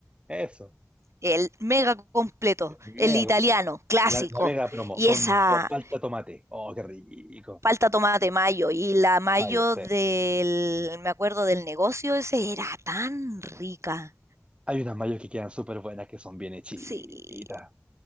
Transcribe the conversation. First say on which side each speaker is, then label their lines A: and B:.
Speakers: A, on the right (about 25°); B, on the right (about 75°).
A: Eso.
B: El mega completo,
A: el Mega,
B: el italiano, clásico.
A: la, la mega promo
B: Y
A: con,
B: esa
A: con palta tomate. Oh, qué rico.
B: palta tomate mayo y la mayo
A: Mayo, sí.
B: del, me acuerdo del negocio, ese era tan rica.
A: Hay unas mayos que quedan súper buenas que son bien hechitas.
B: Sí,